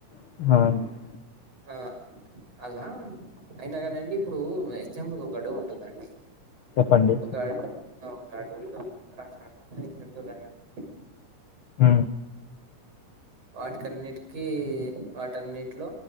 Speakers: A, on the left (about 60°); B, on the right (about 50°).
A: హవును
B: ఆ అలా అయినా కానీ అండి ఇప్పుడు ఎగ్జాంపుల్ ఒక అడువి ఉంటుందండి
A: చెప్పండి.
B: ఒక అడు ఆ ఒక అడవి లో రకరకాల జంతువులన్నీ ఉంటాయి
A: ఊ
B: వాటికన్నిటికి వాటన్నిటిలో